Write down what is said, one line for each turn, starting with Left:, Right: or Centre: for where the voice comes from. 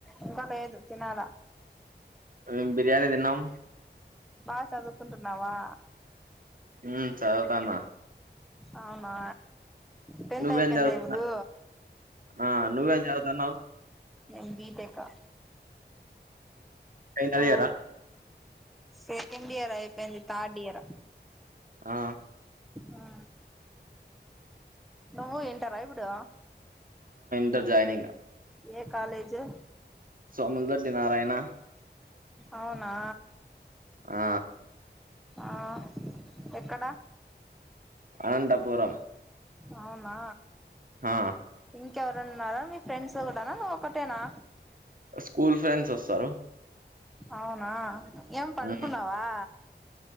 Centre: ఇంకా లేదు తినలే
Right: ఉమ్, బిర్యానీ తిన్నాం
Centre: బా చదువుకుంటున్నావా
Right: మ్ చదువుతానా
Centre: అవునా టెన్త్
Right: నువ్వేం
Centre: అయిపోఇంది
Right: చదువు
Centre: ఇప్పుడు
Right: ఆ, నువ్వేం చదువుతున్నావు
Centre: ఏంది బిటేకా
Right: ఫైనల్
Centre: ఆ
Right: ఇయరా
Centre: సెకండ్ ఇయర్ అయిపోయింది థర్డ్ ఇయర్
Right: ఆ
Centre: ఆ నువ్వు ఇంటార ఇప్పుడు
Right: ఇంటర్ జాయినింగ్
Centre: ఏ కాలేజ్
Right: సోములు దొడ్డి నారాయణ
Centre: అవునా
Right: ఆ
Centre: ఆ ఎక్కడా
Right: అనంతపురం
Centre: అవునా
Right: ఆ
Centre: ఇ కేవరన్నా ఉన్నారా మీ ఫ్రెండ్స్ కూడానా నువ్ ఒకటేనా
Right: స్కూల్ ఫ్రెండ్స్ వస్తారు
Centre: అవునా ఏం పడుకున్నావా
Right: మ్మ్